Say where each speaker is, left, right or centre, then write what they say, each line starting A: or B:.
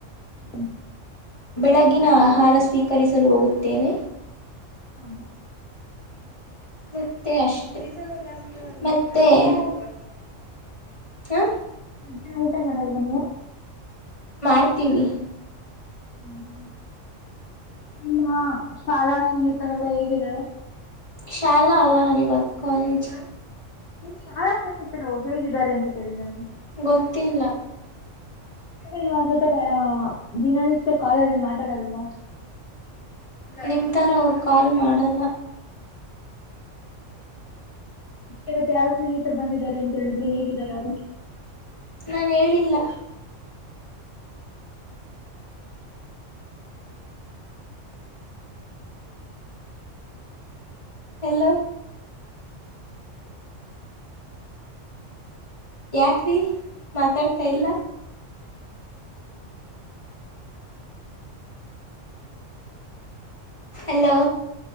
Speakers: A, on the left (about 50°); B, on the left (about 25°).
A: ಹ್ಮ್
B: ಬೆಳಗಿನ ಆಹಾರ ಸ್ವೀಕರಿಸಲು ಹೋಗುತ್ತೇವೆ
A: ಆಮ
B: ಮತ್ತೆ ಅಷ್ಟೆ ಮತ್ತೆ
A: ಮಧ್ಯಾಹ್ನ
B: <inaudible> ಹಾ
A: ಮಧ್ಯಾನ ಊಟ ಮಾಡಲ್ವ ನೀವು
B: ಮಾಡ್ತೀವಿ
A: ಹ್ಮ ಹ್ಮ್ ನಿಮ್ಮ ಶಾಲಾ ಸ್ನೇಹಿತರೆಲ್ಲ ಹೇಗಿದ್ದಾರೆ
B: ಶಾಲ ಅಲ್ಲ ನಾನಿವಾಗ ಕಾಲೇಜ್
A: ಶಲಾ ಸ್ನೇಹಿತರು ಹೇಗಿದ್ದಾರೆ ಅಂತ ಕೇಳಿದಿದ್ದಾರೆ
B: ಗೊತ್ತಿಲ್ಲ
A: ಗ ನೀವ್ ಜೊತೆ ದಿನನಿತ್ಯ ಕಾಲಲ್ರಿ ಮಾತಾಡಲ್ನು
B: ನಿಮ್ಮ ಥರ ಅವ್ರು ಕಾಲ್ ಮಾಡಲ್ಲ
A: ಇವತ್ ಯಾರೋ ಸ್ನೇಹಿತರು ಬಂದಿದ್ದಾರೆ ಅಂತ ಹೇಳಿದ್ರೆ ಹೇಗಿದ್ದಾರೆ ಅವ್ರು
B: ನಾನ್ ಹೇಳಿಲ್ಲ ಹಲೋ ಯಾಕೆ ರೀ ಮಾತಾಡ್ತಾಯಿಲ್ಲ ಹಲೋ